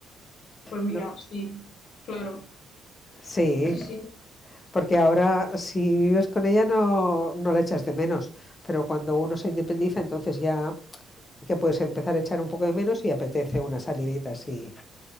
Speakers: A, on the left (about 60°); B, on the left (about 20°).
A: pues mira,
B: ¿no?
A: sí, claro.
B: Sí,
A: Sí, sí.
B: porque ahora si vives con ella no, no la echas de menos, pero cuando uno se independiza, entonces ya, ya puedes empezar a echar un poco de menos y apetece una salidita así